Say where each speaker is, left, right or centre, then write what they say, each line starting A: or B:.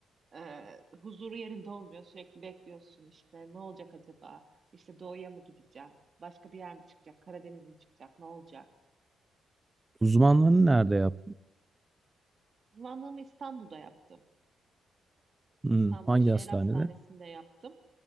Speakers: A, on the right; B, on the right.
A: e, huzuru yerinde olmuyor. Sürekli bekliyorsun işte ne olacak acaba? İşte doğuya mı gideceğim? Başka bir yer mi çıkacak? Karadeniz mi çıkacak? Ne olacak?
B: Uzmanlığını nerede yap?
A: Uzmanlığımı İstanbul'da yaptım.
B: Hmm,
A: İstanbul'da
B: hangi
A: şehir
B: hastanede?
A: hastanesinde yaptım.